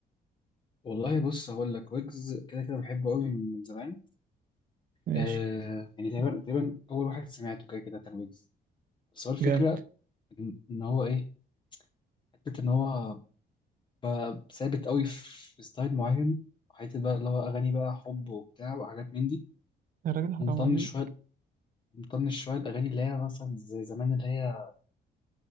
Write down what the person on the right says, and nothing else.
ماشي
جامد
الراجل حرام
عليه